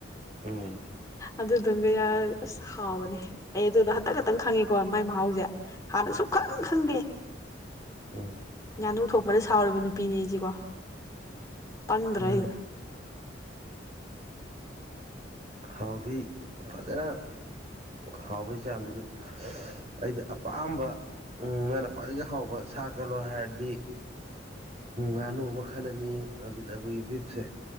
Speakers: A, on the right; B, on the left.
A: ꯎꯝ
B: ꯑꯗꯨꯗꯨꯝꯒ ꯌꯥꯔ ꯑꯁ ꯍꯥꯎꯕꯅꯦ ꯑꯩ ꯑꯗꯨꯗꯣ ꯍꯟꯇꯛ ꯈꯛꯇꯪ ꯈꯪꯉꯦ ꯀꯣꯏ ꯃꯥꯏ ꯃꯍꯥꯎꯁꯦ ꯍꯥꯟꯅ ꯁꯨꯡꯈꯪ ꯈꯪꯗꯦ
A: ꯎꯝ
B: ꯉꯥꯅꯨ ꯊꯣꯡꯕꯗ ꯁꯥꯎꯔꯤꯕ ꯅꯨꯄꯤꯅꯦ ꯑꯩꯁꯤꯀꯣ ꯄꯪꯗ꯭ꯔ
A: ꯎꯝ
B: ꯐꯩ
A: ꯍꯥꯎꯗꯤ ꯐꯖꯅ ꯍꯥꯎꯕꯩ ꯆꯥꯡꯗꯒꯤ ꯑꯩꯗꯤ ꯑꯄꯥꯝꯕ ꯎ ꯅꯪꯅ ꯈ꯭ꯋꯥꯏꯗꯒꯤ ꯍꯥꯎꯕ ꯁꯥ ꯀꯂꯣ ꯍꯥꯏꯔꯗꯤ ꯎꯝ ꯉꯥꯅꯨ ꯑꯃ ꯈꯜꯂꯅꯤ ꯑꯗꯨꯒꯤꯗ ꯑꯩꯈꯣꯏꯒꯤ ꯕꯤꯞꯁꯦ